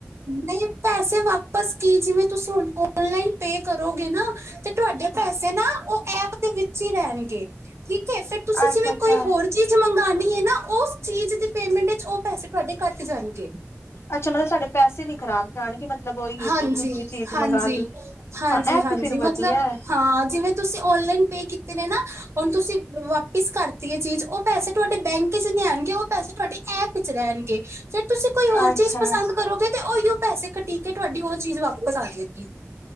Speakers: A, on the right; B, on the left.
A: ਨਹੀਂ ਪੈਸੇ ਵਾਪਸ ਕੀ ਜਿਵੇਂ ਤੁਸੀਂ ਹੁਣ ਓਨਲਾਈਨ ਪੇ ਕਰੋਗੇ ਨਾ ਤੇ ਤੁਹਾਡੇ ਪੈਸੇ ਨਾ ਉਹ ਐਪ ਦੇ ਵਿੱਚ ਹੀ ਰਹਿਣਗੇ, ਠੀਕ ਏ ਫੇਰ, ਤੁਸੀਂ
B: ਅੱਛਾ
A: ਜਿਵੇਂ
B: ਅੱਛਾ
A: ਕੋਈ ਹੋਰ ਚੀਜ਼ ਮੰਗਾਉਣੀ ਏ ਨਾ ਉਸ ਚੀਜ਼ ਦੀ ਪੇਮੈਂਟ ਵਿੱਚ ਉਹ ਪੈਸੇ ਤੁਹਾਡੇ ਕੱਟ ਜਾਣਗੇ।
B: ਅੱਛਾ, ਮਤਲਬ ਸਾਡੇ ਪੈਸੇ ਨੀ ਖਰਾਬ ਜਾਣਗੇ, ਮਤਲਬ ਉਹੀ ਹੈ
A: ਹਾਂਜੀ,
B: ਕਿ ਦੂਜੀ ਚੀਜ਼
A: ਹਾਂਜੀ,
B: ਮੰਗਵਾ ਲਈ
A: ਹਾਂਜੀ
B: ਹਾਂ ਇਹ
A: ਹਾਂਜੀ,
B: ਤੇ ਫਿਰ
A: ਮਤਲਬ
B: ਵਧੀਆ ਹੈ
A: ਹਾਂ, ਜਿਵੇਂ ਤੁਸੀਂ ਓਨਲਾਈਨ ਪੇ ਕੀਤੇ ਨੇ ਨਾ, ਹੁਣ ਤੁਸੀਂ ਵਾਪਿਸ ਕਰਤੀ ਏ ਚੀਜ਼, ਉਹ ਪੈਸੇ ਤੁਹਾਡੇ ਬੈਂਕ ਕਿਸੇ ਚ ਨੀ ਆਣਗੇ, ਉਹ ਪੈਸੇ ਤੁਹਾਡੇ ਐਪ ਵਿੱਚ ਰਹਿਣਗੇ। ਫੇਰ ਤੁਸੀਂ ਕੋਈ ਹੋਰ
B: ਅੱਛਾ
A: ਚੀਜ਼ ਪਸੰਦ
B: ਅੱਛਾ
A: ਕਰੋਗੇ ਤੇ ਉਹੀ ਓ ਪੈਸੇ ਕਟੀ ਕਿ ਤੁਹਾਡੀ ਉਹ ਚੀਜ਼ ਵਾਪਸ ਆ ਜਾਏਗੀ।